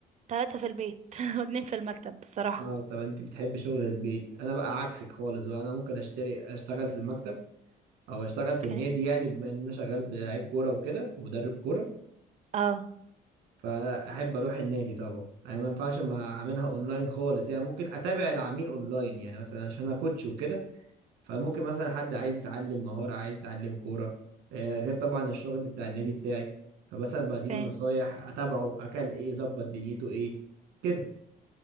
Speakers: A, on the right; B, on the right.
A: ثلاثة في البيت <laughs> واتنين في المكتب بصراحة
B: اه طب انت بتحب شغل البيت انا بقى عكسك خالص بقى انا ممكن اشتري اشتغل في المكتب او اشتغل في
A: اوكي
B: النادي يعني بما ان انا شغال بلعيب كوره وكده ومدرب كوره
A: اه
B: فاحب اروح النادي طبعا انا ما ينفعش ما اعملها اونلاين خالص يعني ممكن اتابع العميل اونلاين يعني مثلا عشان انا كوتش وكده فممكن مثلا حد عايز يتعلم مهارة عايز يتعلم كورة آه، غير طبعا الشغل بتاع النادي بتاعي فمثلا بديله
A: اوكي
B: نصايح اتابعه اكل ايه ظبط دنيته ايه كده